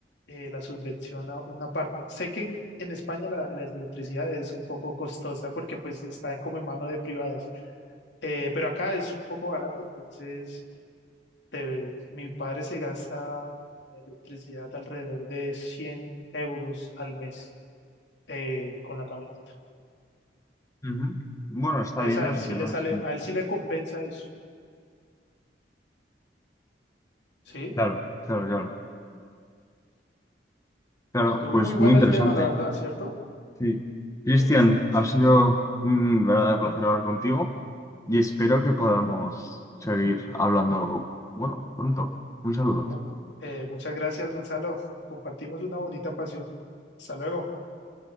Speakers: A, on the left; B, on the left.
A: eh, la subvenciona una parte. Sé que en, en España la, la electricidad es un poco costosa porque pues está como en mano de privados, Eh, pero acá es un poco barato, entonces te- mi padre se gasta en electricidad alrededor de 100 euros al mes eh, con la camioneta.
B: ujú. Bueno, está
A: Entonces
B: bien,
A: a
B: no
A: él
B: sé
A: sí
B: qué
A: le
B: más.
A: sale, a él sí le compensa eso. Sí,
B: Claro, claro, claro. Claro,
A: estuvo
B: pues
A: muy bueno
B: muy interesante.
A: el tema, la verdad, ¿cierto?
B: Sí. Cristian,
A: Interesantísimo.
B: ha sido un verdadero placer hablar contigo. y espero que podamos seguir hablando, bueno, pronto. Un saludo.
A: Mu- eh, muchas gracias, Gonzalo. Compartimos una bonita pasión. Hasta luego.